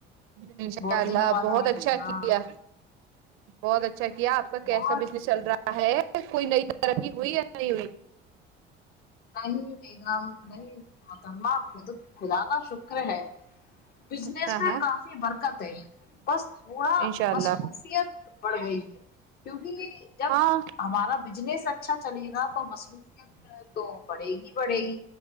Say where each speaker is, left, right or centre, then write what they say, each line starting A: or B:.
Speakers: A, on the right; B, on the left.
A: ان شاء
B: بہت
A: اللہ
B: دنوں بعد
A: بہت
B: آج
A: اچھا
B: ہاں
A: کیا بہت اچھا اچھا کیا آپ کا کیسا
B: اور
A: بزس چل رہا ہے ہے کوئی نئی ترقی ہوئی ہے ئی
B: نہیں بیگم نہیں مترم کود کوا شکر ہے بزنس
A: ہاں
B: میں
A: ہاں
B: کافی برکت ہے بس تھوڑا
A: انشاء اللہ
B: مصروفیت بڑھ گئی ہے کیونکہ جب
A: ہاں
B: ہمارا بزنس اچھا اچھا چلے گا تو مصروفیت تو پڑے گی پڑے گی